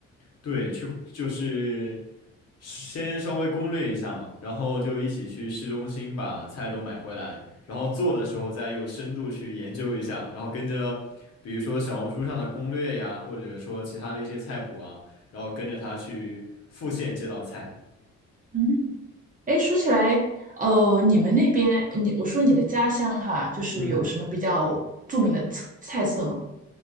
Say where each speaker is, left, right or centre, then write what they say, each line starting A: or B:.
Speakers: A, on the left (about 55°); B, on the right (about 25°).
A: 对，去就是先稍微攻略一下嘛，然后就一起去市中心把菜都买回来，然后做的时候再有深度去研究一下，然后跟着比如说小红书上的攻略呀，或者说其他的一些菜谱啊，然后跟着他去复现这道菜。
B: 嗯，哎，说起来，哦，你们那边，你我说你的家乡哈，就是有什么比较著名的菜菜色吗？
A: 嗯。